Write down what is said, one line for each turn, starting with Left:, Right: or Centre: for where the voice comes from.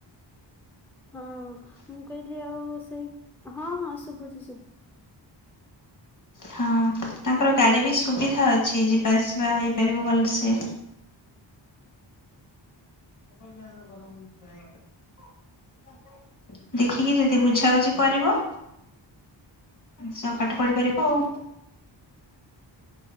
Centre: ହଁ, ମୁଁ କହିଲି, ଆଉ ସେଇ ହଁ, ହଁ ଶୁଭୁଛି ଶୁଭୁ
Left: ହଁ, ତାଙ୍କର ଗାଡି ବି ସୁବିଧା ଅଛି, ଯିବା ଆସିବା ହେଇପାରିବ ଭଲସେ। <inaudible> ଦେଖିକି, ଯଦି ବୁଝାବୁଝି କରିବ। ସବ୍ ପାଠ ପଢି ପାରିବ ଆଉ।